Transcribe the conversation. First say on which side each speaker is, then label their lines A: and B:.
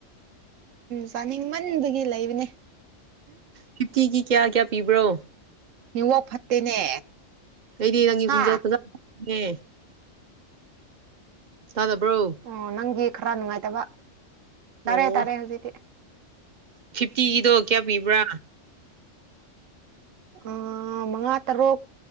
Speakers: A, on the right; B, on the right.
A: ꯆꯥꯅꯤꯡꯃꯟꯕꯒꯤ ꯂꯩꯕꯅꯦ
B: ꯐꯤꯞꯇꯤꯒꯤ ꯀꯌꯥ ꯀꯌꯥ ꯄꯤꯕ꯭ꯔꯣ
A: ꯅꯦꯠꯋꯥꯛ ꯐꯠꯇꯦꯅꯦ
B: ꯑꯩꯩꯗꯤ ꯅꯪꯒꯤ
A: ꯍꯥ
B: ꯈꯣꯟꯖꯦꯜ ꯐꯖꯅ ꯇꯥꯢꯅꯦ ꯇꯥꯗꯕ꯭ꯔꯣ
A: ꯑꯣ ꯅꯪꯒꯤ ꯈꯔ ꯅꯨꯡꯉꯥꯏꯇꯕ ꯇꯥꯔꯦ
B: ꯑꯣ
A: ꯇꯥꯔꯦ ꯍꯧꯖꯤꯛꯇꯤ
B: ꯐꯤꯐꯇꯤꯒꯤꯗꯣ ꯀꯌꯥ ꯄꯤꯕ꯭ꯔꯥ
A: ꯑꯥ ꯃꯉꯥ ꯇꯔꯨꯛ